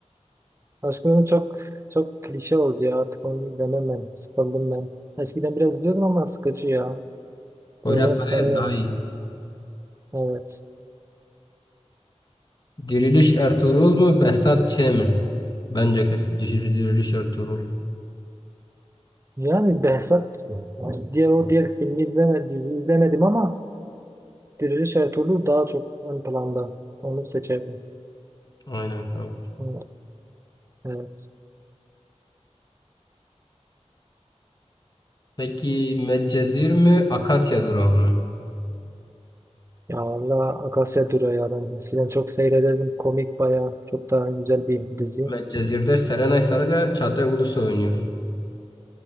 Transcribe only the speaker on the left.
Poyraz
Karayel
daha iyi.
Diriliş Ertuğrul mu Behzat Ç mi? Bence kesin Diriliş Diriliş Ertuğrul.
Aynen kanka.
Peki Medcezir mi Akasya Durağı mı?
Medcezir'de Serenay Sarıkaya Çağatay Ulusoy oynuyor.